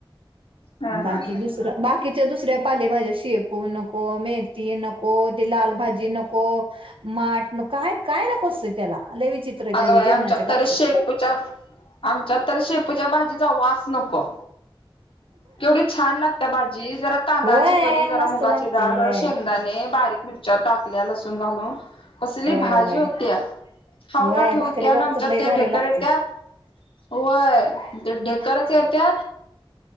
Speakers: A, on the left; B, on the right.
A: हा
B: बाकी
A: हा हा.
B: दुसर बाकीच्या दुसऱ्या पाले भाज्या शेप पू नको मेथी नको ते लाल भाजी नको माठ नको काय काय नको असतयं त्याला. लय विचित्र
A: अगं
B: त्याच
A: बाई!
B: जेवणाच्या
A: आमच्या
B: बाबतीत
A: तर शेपूच्या आमच्या तर शेप शेपूच्या भाजीचा वास नको. केवढी छान लागत्या भाजी, जरा तांदळाची
B: होय
A: कणी जरा
B: मस्त
A: मुगाची
B: लागते
A: डाळ,
B: होय
A: जरा शेंगदाणे बारीक मिरच्या टाकल्या, लसूण घालून कसली
B: होय
A: भाजी
B: होय
A: होत्या, खावू
B: होय
A: का ठेवू
B: भाकरी
A: होत्या, ना
B: बरोबर
A: आमच्या
B: लय
A: ते
B: भारी
A: ढेकर
B: लागते
A: येत्यात. होय, ते ढेकरच येत्यात.